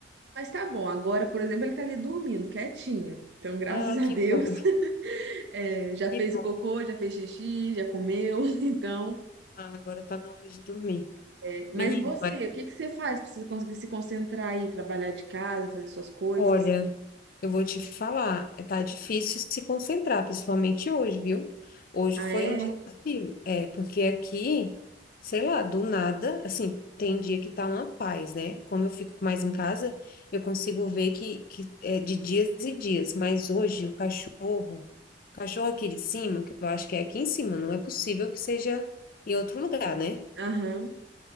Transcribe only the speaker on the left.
Ah,
que
bom,
que
bom.
Ah, agora tá na hora de dormir.
menino.
Olha, eu vou te falar, é, tá difícil se concentrar, principalmente hoje, viu? Hoje
foi
um dia desafio. É, porque aqui, sei lá, do nada, assim, tem dia que tá uma paz, né? Como eu fico mais em casa, eu consigo ver que, que é de dias e dias, mas hoje o cachorro, o cachorro aqui de cima, que eu acho que é aqui em cima, não é possível que seja em outro lugar, né?